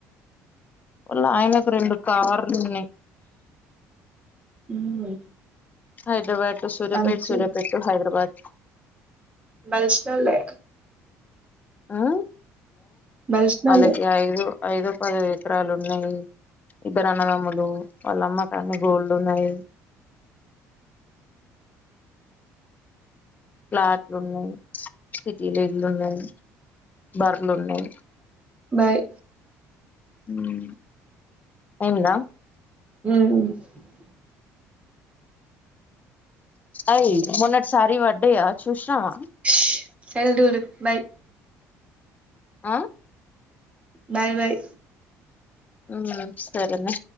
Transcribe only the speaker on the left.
వాళ్ళ ఆయనకు రెండు కార్లు ఉన్నాయ్
హైదరాబాద్ టూ సూర్యపేట్
సూర్యపేట్ టూ హైదరాబాద్
ఆ
వాళ్ళకి ఐదు ఐదో పదో ఎకరాలు ఉన్నాయి ఇద్దరు అన్నదమ్ములు వాళ్ళమ్మ కన్ని గోల్డ్ ఉన్నాయ్ ఫ్లాట్లు ఉన్నాయ్ సిటీలో ఇల్లు ఉన్నాయ్ బర్లు ఉన్నాయి
మ్ అయిందా
అయ్ మోన్నటి సారి వడ్డయా చూసినవా
ఆ
మ్ సరేన్నా